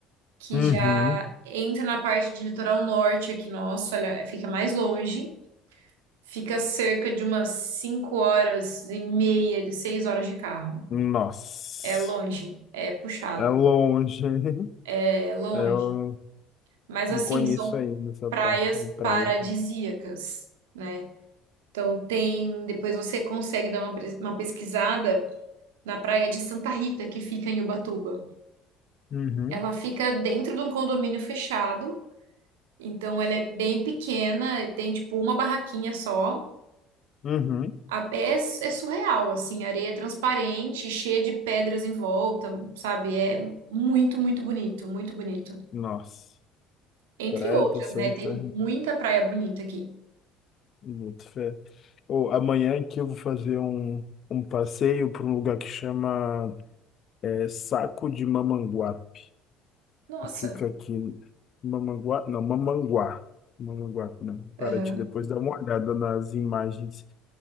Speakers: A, on the right; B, on the left.
A: que
B: Uhum.
A: já entra na parte de litoral norte aqui nosso, olha, fica mais longe, fica cerca de umas 5 horas e meia, 6 horas de carro.
B: Nossa.
A: É longe, é puxado,
B: É longe. <laughs> hein?
A: é longe.
B: Eu
A: Mas
B: não
A: assim,
B: conheço
A: são
B: ainda essa
A: praias
B: parte de praia.
A: paradisíacas, né? Então tem, depois você consegue dar uma, pres- uma pesquisada na praia de Santa Rita, que fica em Ubatuba.
B: Uhum.
A: Ela fica dentro de um condomínio fechado, então ela é bem pequena, tem tipo uma barraquinha só,
B: Uhum.
A: A- É, é surreal, assim, a areia é transparente, cheia de pedras em volta, sabe? É muito, muito bonito, muito bonito.
B: Nossa.
A: Entre
B: Praia
A: outras,
B: da Santa.
A: né? Tem muita praia bonita aqui.
B: Muito fé. Ou amanhã aqui eu vou fazer um, um passeio para um lugar que chama é, Saco de Mamanguape.
A: Nossa,
B: que Fica aqui. Mamanguá? Não, Mamanguá. Mamanguape, não. Paraty,
A: aham.
B: depois dá uma olhada nas imagens.